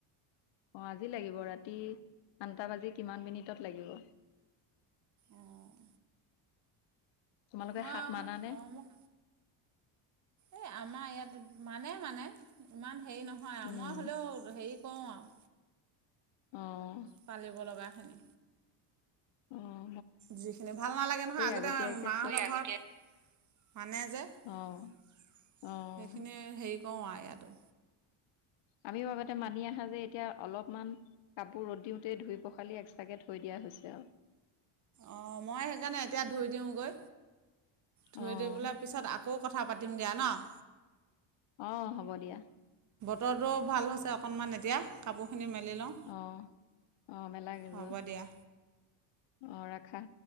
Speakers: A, on the left (about 65°); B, on the right (about 35°).
A: অহ আজি লাগিব ৰাতি আঠটা বাজি কিমান মিনিটত লাগিব।
B: অঁ
A: তোমালোকে
B: মই
A: হাত মানা নে?
B: অঁ মোক এই আমাৰ ইয়াত মানে মানে ইমান হেৰি নহয় আমাৰ
A: উম,
B: হ'লেও হেৰি কৰোঁ আৰু
A: অ',
B: পালিব লগাখিনি
A: অহঁ
B: যিখিনি ভাল নালাগে নহয় আগতে
A: আগতীয়াকে
B: মাঁ
A: চব
B: হতৰ ঘৰত মানে যে
A: অ',
B: সেইখিনি
A: অ',
B: হেৰি কৰোঁ আও এয়াটো
A: আমিও আগতে মানি অহা যে এতিয়া অলপমান কাপোৰ ৰ'দ দিওঁতেই ধুই পখালি এক্সট্ৰাকে থৈ দিয়া হৈছে আৰু
B: অহঁ মই সেইকাৰণে এতিয়া ধুই দিওঁগৈ থৈ
A: অ',
B: দে পেলাই পিছত আকৌ কথা পাতি দিম দিয়া নহঁ
A: অহঁ হ'ব দিয়া
B: বতৰো ভাল হৈছে অকণমান এতিয়া কাপোৰখিনি মেলি লওঁ
A: অহ অহ মেলাগে
B: হ'ব
A: যোৱা
B: দিয়া
A: অহঁ ৰাখা